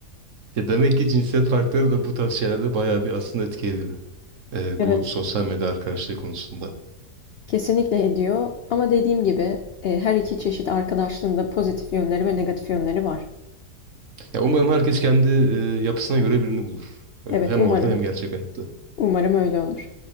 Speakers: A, on the right (about 55°); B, on the left (about 80°).
A: Ya demek ki cinsiyet farkları da bu tarz şeylerde bayağı bir aslında etki ediyor. Ee,
B: Evet,
A: bu sosyal medya arkadaşlığı konusunda.
B: kesinlikle ediyor ama dediğim gibi e, her iki çeşit arkadaşlığın da pozitif yönleri ve negatif yönleri var.
A: Ya umarım herkes kendi e, yapısına göre birini bulur. E,
B: Evet
A: Hem
B: umarım,
A: orada hem gerçek hayatta.
B: umarım öyle olur.